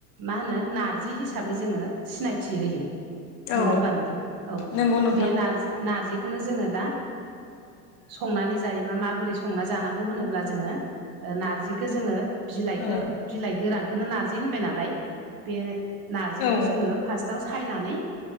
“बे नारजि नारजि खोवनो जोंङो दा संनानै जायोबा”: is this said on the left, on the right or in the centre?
Right